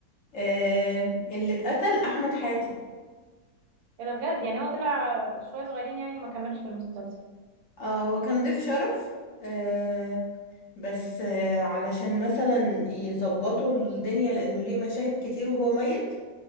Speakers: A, on the left; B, on the right.
A: آه اللي اتقتل احمد حاتم
B: ايه ده بجد يعني هو طلع شويه صغيرين يعني وما كملش في المسلسل
A: اه هو كان ضيف شرف آه بس آه علشان مثلا يظبطوا الدنيا لانه ليه مشاهد كتير وهو ميت